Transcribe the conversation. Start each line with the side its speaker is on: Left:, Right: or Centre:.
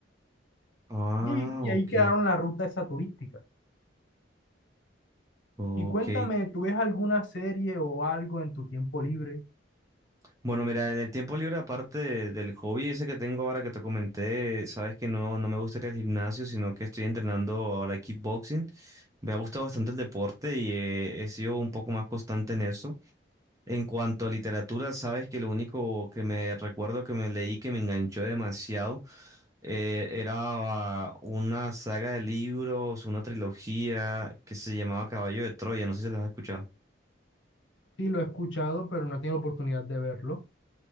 Right: Ah,
Left: Y ahí, y
Right: ok.
Left: ahí quedaron la ruta esa turística.
Right: Ok.
Left: Y cuéntame, ¿tú ves alguna serie o algo en tu tiempo libre?
Right: Bueno, mira, en el tiempo libre, aparte de- del hobby ese que tengo ahora que te comenté, sabes que no, no me gustaría el gimnasio, sino que estoy entrenando ahora kickboxing. Me ha gustado bastante el deporte y eh, he sido un poco más constante en eso. En cuanto a literatura, sabes que lo único que me recuerdo que me leí que me enganchó demasiado eh, era una saga de libros, una trilogía que se llamaba Caballo de Troya, no sé si las has escuchado.
Left: Sí, lo he escuchado, pero no he tenido oportunidad de verlo.